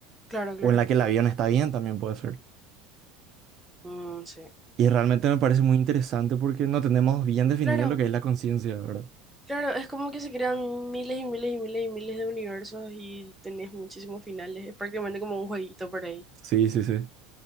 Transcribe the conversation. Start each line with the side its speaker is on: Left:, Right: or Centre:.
Centre: claro, claro.
Right: O en la que el avión está bien también puede ser.
Centre: Mm, sí.
Right: Y realmente me parece muy interesante porque no tenemos bien definido
Centre: Claro.
Right: lo que es la conciencia, ¿verdad?
Centre: Claro, es como que se crean miles y miles y miles y miles de universos y tenés muchísimos finales. Es prácticamente como un jueguito por ahí.
Right: Sí, sí, sí.